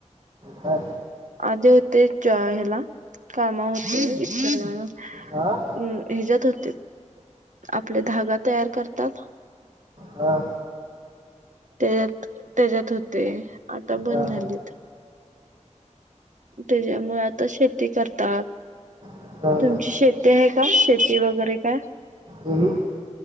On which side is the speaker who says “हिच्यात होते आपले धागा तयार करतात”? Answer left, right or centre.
Right